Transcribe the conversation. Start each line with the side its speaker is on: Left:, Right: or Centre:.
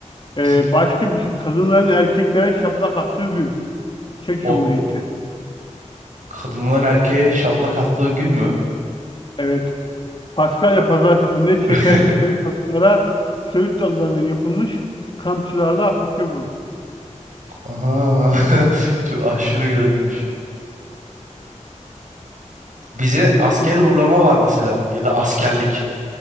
Left: Ee,
Right: <laughs> Bizim
Left: başka bir şey. Kadınların erkeklere şaplak attığı gün. Çek
Right: o
Left: Cumhuriyeti.
Right: kadınların erkeğe şaplak attığı gün mü?
Left: Evet. Paskalya Pazartesi'nde Çek
Right: <laughs>
Left: erkekleri kadınlara Söğüt dallarından yapılmış kamçılarla hafifçe vurur.
Right: Aha. <laughs> Çok aşırı garipmiş. Bize asker
Left: Çok iyi.
Right: uğurlama var mesela ya da askerlik.